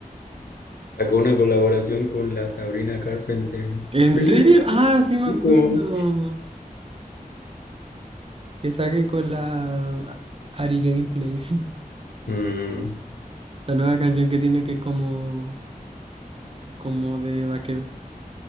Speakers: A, on the left; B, on the right.
A: Sacó una colaboración con la Sabrina Carpenter.
B: <laughs> ¿En
A: Please.
B: serio? Ah, sí me acuerdo.
A: Oh.
B: Que saque con la ah, Ari Gameplays. <laughs>
A: Mm.
B: La nueva canción que tiene que es como como de vaquero.